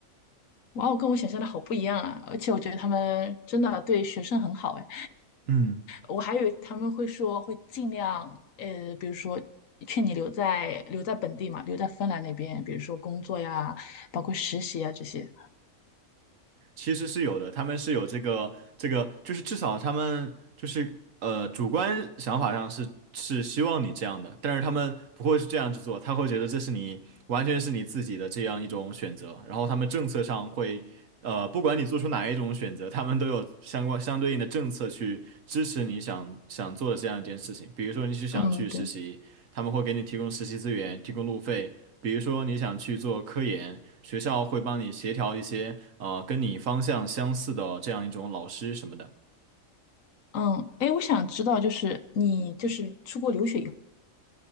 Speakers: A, on the left; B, on the right.
A: 哇哦，跟我想象的好不一样啊！而且我觉得他们真的对学生很好哎。
B: 嗯。
A: 我还以为他们会说会尽量，呃，比如说劝你留在留在本地嘛，留在芬兰那边，比如说工作呀，包括实习啊这些。
B: 其实是有的，他们是有这个这个，就是至少他们就是呃主观想法上是是希望你这样的，但是他们不会是这样去做，他会觉得这是你完全是你自己的这样一种选择，然后他们政策上会呃不管你做出哪一种选择，他们都有相关相对应的政策去支持你想想做的这样一件事情，比如说你是想去实习，
A: 嗯，对，
B: 他们会给你提供实习资源，提供路费，比如说你想去做科研，学校会帮你协调一些呃跟你方向相似的这样一种老师什么的。
A: 嗯，哎，我想知道，就是你就是出国留学以后，